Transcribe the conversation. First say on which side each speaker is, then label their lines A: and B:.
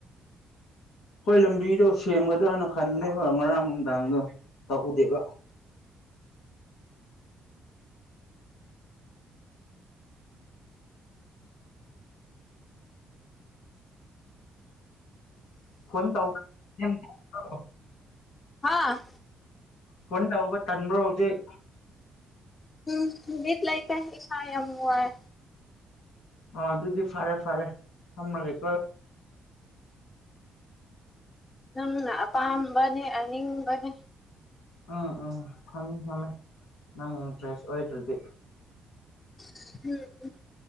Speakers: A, on the left; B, on the left.
A: ꯑꯈ‌ꯣꯏ ꯂꯝꯕꯤꯗꯣ ꯁꯦꯝꯒꯗ꯭ꯔꯅ ꯈꯟꯕꯅꯦꯕ ꯉꯔꯥꯡ ꯅꯨꯡꯗꯥꯡꯗꯣ ꯇꯥꯛꯎꯗꯦꯕ ꯐꯣꯟ ꯇꯧ <unintelligible>
B: ꯍꯥꯥ
A: ꯐꯣꯟ ꯇꯧꯕ ꯇꯟꯕ꯭ꯔꯣ ꯍꯧꯖꯤꯛ
B: <unintelligible> ꯂꯩꯇꯦ ꯏꯁꯥ ꯌꯥ ꯋꯥꯏ
A: ꯑ ꯑꯗꯨꯗꯤ ꯐꯔꯦ ꯐꯔꯦ ꯊꯝꯃꯒꯦꯀꯣ
B: ꯅꯪꯅ ꯑꯄꯥꯝꯕꯅꯦ ꯑꯅꯤꯡꯕꯅꯦ
A: ꯑꯥ ꯑꯥ <unintelligible> ꯅꯪ ꯏꯟꯇꯔꯦꯁ ꯑꯣꯏꯗ꯭ꯔꯗꯤ
B: <unintelligible>